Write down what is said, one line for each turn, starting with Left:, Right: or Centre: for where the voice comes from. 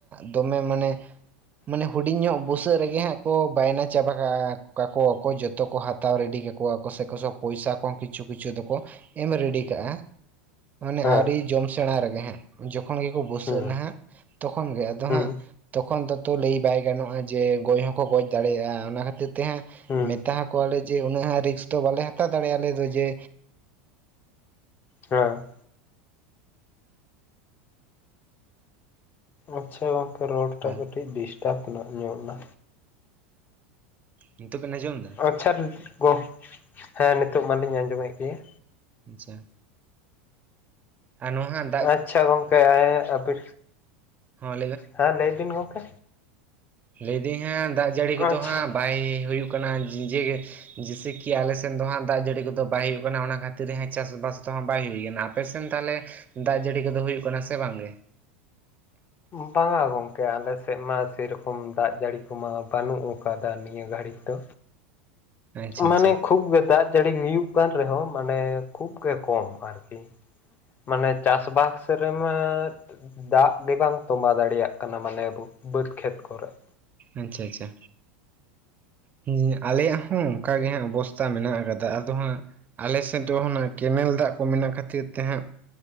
Right: ᱫᱚᱢᱮ ᱢᱟᱱᱮᱼᱼ ᱢᱟᱱᱮ ᱦᱩᱰᱤᱧ ᱧᱚᱜ ᱵᱩᱥᱟᱹᱜ ᱨᱮᱜᱮ ᱠᱚ ᱦᱟᱸᱜ ᱠᱚ ᱵᱟᱭᱱᱟ ᱪᱟᱵᱟ ᱠᱟ-ᱠᱚᱣᱟ ᱠᱚ ᱡᱚ ᱛᱚᱠᱚ ᱦᱟᱛᱟᱣ ᱨᱮᱰᱤ ᱠᱟᱠᱚᱣᱟ-ᱠᱚ ᱥᱮ ᱠᱚ ᱯᱚᱭᱥᱟ ᱠᱚᱦᱚᱸ ᱠᱤᱪᱷᱩ ᱠᱤᱪᱷᱩ ᱫᱚᱠᱚ ᱮᱢ ᱨᱮᱰᱤ ᱠᱟᱜ-ᱟ᱾ ᱢᱟᱱᱮ
Left: ᱦᱮᱸ
Right: ᱟᱹᱣᱨᱤ ᱡᱚᱢ ᱥᱮᱬᱟ ᱨᱮᱜᱮ ᱦᱟᱸᱜ, ᱡᱚᱠᱷᱚᱱ ᱜᱮᱠᱚ ᱵᱩᱥᱟᱹᱜ
Left: ᱦᱩᱸ
Right: ᱮᱱᱟ ᱦᱟᱸᱜᱼᱼ ᱛᱚᱠᱷᱚᱱ ᱜᱮ ᱟᱫᱚ
Left: ᱦᱩᱸ
Right: ᱦᱟᱸᱜ ᱛᱚᱠᱷᱚᱱ ᱫᱚᱛᱚ ᱞᱟᱹᱭ ᱵᱟᱭ ᱜᱟᱱᱚᱜᱼᱟ ᱡᱮ ᱜᱚᱡ ᱦᱚᱸᱠᱚ ᱜᱚᱡ ᱫᱟᱲᱮᱭᱟᱜᱼᱟ, ᱚᱱᱟ ᱠᱷᱟᱹᱛᱤᱨ ᱛᱮ ᱦᱟᱸᱜ
Left: ᱦᱩᱸ
Right: ᱢᱮᱛᱟ ᱦᱟᱠᱚᱣᱟᱞᱮ ᱡᱮ ᱩᱱᱟᱹᱜ ᱦᱚᱸ ᱨᱤᱠᱥ ᱫᱚ ᱵᱟᱞᱮ ᱦᱟᱛᱟᱣ ᱫᱟᱲᱮᱭᱟᱜᱼᱟ ᱟᱞᱮ ᱫᱚ ᱡᱮ
Left: ᱦᱮᱸ ᱟᱪᱪᱷᱟ ᱜᱚᱝᱠᱮ ᱨᱟᱲ ᱴᱟᱜ
Right: ᱵᱟᱝ
Left: ᱠᱟᱹᱴᱤᱡ ᱰᱤᱥᱴᱟᱵᱽ ᱱᱟ ᱧᱚᱨ ᱱᱟ
Right: ᱱᱤᱛᱚᱜ ᱵᱮᱱ ᱟᱸᱡᱚᱢ ᱫᱟ?
Left: ᱟᱪᱪᱷᱟ ᱜᱚ ᱦᱮᱸ ᱱᱤᱛᱚᱜ ᱢᱟᱞᱤᱧ ᱟᱸᱡᱚᱢᱮᱫ ᱜᱮᱭᱟ᱾
Right: ᱟᱪᱪᱷᱟ᱾ ᱟᱨ ᱱᱚᱦᱟᱱ
Left: ᱟᱪᱪᱷᱟ ᱜᱚᱝᱠᱮ ᱦᱟᱯᱤ
Right: ᱦᱚᱸ
Left: ᱦᱮᱸ ᱞᱟᱹᱭ ᱵᱤᱱ ᱜᱚᱝᱠᱮ᱾
Right: ᱞᱟᱹᱭ ᱫᱟᱹᱧ ᱦᱟᱸᱜ ᱫᱟᱜ ᱡᱟᱹᱲᱤ ᱠᱚᱫᱚ
Left: ᱟᱪᱪᱷᱟ
Right: ᱦᱟᱸᱜ ᱵᱟᱭ ᱦᱩᱭᱩᱜ ᱠᱟᱱᱟ ᱡᱤᱡᱮ ᱜᱮ᱾ ᱡᱤᱭᱥᱮᱠᱤ ᱟᱞᱮ ᱥᱮᱱ ᱫᱚ ᱦᱟᱸᱜ ᱫᱟᱜ ᱡᱟᱹᱲᱤ ᱠᱚᱫᱚ ᱵᱟᱭ ᱦᱩᱭᱩᱜ ᱠᱟᱱᱟ ᱚᱱᱟ ᱠᱷᱟᱹᱛᱤᱨ ᱦᱟᱸᱜ ᱪᱟᱥᱼᱵᱟᱥ ᱫᱚᱦᱟᱸᱜ ᱵᱟᱭ ᱦᱩᱭ ᱠᱟᱱᱟ᱾ ᱟᱯᱮ ᱥᱮᱱ ᱛᱟᱦᱚᱞᱮ ᱫᱟᱜ ᱡᱟᱹᱲᱤ ᱠᱚᱫᱚ ᱦᱩᱭᱩᱜ ᱠᱟᱱᱟ ᱥᱮ ᱵᱟᱝ ᱜᱮ?
Left: ᱵᱟᱝᱟ ᱜᱚᱝᱠᱮ ᱟᱞᱮ ᱥᱮᱫ ᱢᱟ ᱥᱮᱨᱚᱠᱚᱢ ᱫᱟᱜ ᱡᱟᱹᱲᱤ ᱠᱚᱢᱟ ᱵᱟᱹᱱᱩᱜ ᱟᱠᱟᱫᱟ ᱱᱤᱭᱟᱹ ᱜᱷᱟᱹᱲᱤᱠ ᱫᱚ᱾
Right: ᱟᱪᱪᱷᱟ
Left: ᱢᱟᱱᱮ
Right: ᱟᱪᱪᱷᱟ
Left: ᱠᱷᱩᱵ ᱜᱮ ᱫᱟᱜ ᱡᱟᱹᱲᱤ ᱦᱩᱭᱩᱜ ᱠᱟᱱ ᱨᱮᱦᱚᱸ ᱢᱟᱱᱮ ᱠᱷᱩᱵ ᱜᱮ ᱠᱚᱢ ᱟᱨᱠᱤ᱾ ᱢᱟᱱᱮ ᱪᱟᱥ ᱵᱟᱥ ᱨᱮᱢᱟ ᱫᱟᱜ ᱜᱮ ᱵᱟᱝ ᱛᱚᱸᱵᱟ ᱫᱟᱲᱮᱭᱟᱜ ᱠᱟᱱᱟ ᱢᱟᱱᱮ ᱟᱵᱚ ᱵᱟᱹᱫᱽ ᱠᱷᱮᱛ ᱠᱚᱨᱮᱜ᱾
Right: ᱟᱪᱪᱷᱟ ᱟᱪᱪᱷᱟ᱾ ᱦᱮᱸ ᱟᱞᱮᱭᱟᱜ ᱦᱚᱸ ᱚᱝᱠᱟ ᱜᱮ ᱦᱟᱸᱜ ᱚᱵᱚᱥᱛᱟ ᱢᱮᱱᱟᱜ ᱟᱠᱟᱫᱟ ᱟᱫᱚ ᱦᱟᱸᱜ ᱟᱞᱮ ᱥᱮᱫ ᱫᱚ ᱦᱟᱱᱟ ᱠᱮᱱᱮᱞ ᱫᱟᱜ ᱠᱚ ᱢᱮᱱᱟᱜ ᱠᱷᱟᱹᱛᱤᱨ ᱛᱮ ᱦᱟᱸᱜ